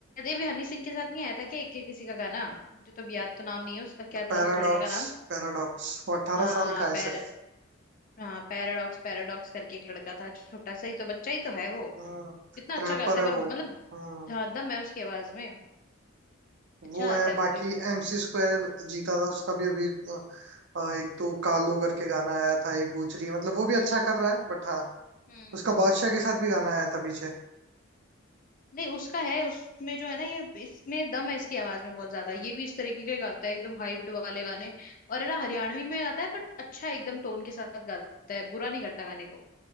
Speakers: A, on the left (about 45°); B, on the right (about 60°).
A: ये भी हनी सिंह के साथ नहीं आया था क्या एक के किसी का गाना मुझे तो अब याद तो नाम नहीं है उसका क्या
B: पैराडॉक्स
A: था उस लड़के का नाम
B: पैराडॉक्स वो अठारह
A: हाँ
B: साल का है
A: पैर
B: सिर्फ
A: हाँ पैराडॉक्स पैराडॉक्स करके एक लड़का था छोटा सा ही तो बच्चा ही तो है वो
B: हाँ
A: कितना अच्छा
B: रैपर
A: गाता है
B: है
A: पर मतलब
B: वो हम्म
A: हाँ, दम है उसकी आवाज में
B: वो
A: अच्छा गाता
B: है
A: है
B: बाकी
A: वो भी
B: एमसी स्क्वायर जीता था उसका भी अभी अ, अ, एक तो कालो करके गाना आया था एक गुजरी मतलब वो भी
A: हम्म
B: अच्छा कर रहा है बट हाँ
A: हम्म
B: उसका बादशाह के साथ भी गाना आया था पीछे
A: नहीं उसका है उसमें जो है ना ये इसमें दम है इसकी आवाज में बहुत ज्यादा ये भी इस तरीके का ही गाता है एकदम हाइप्ड वाले गाने और है ना हरियाणवी में गाता है बट अच्छा एकदम टोन के साथ गाता है बुरा नहीं करता गाने को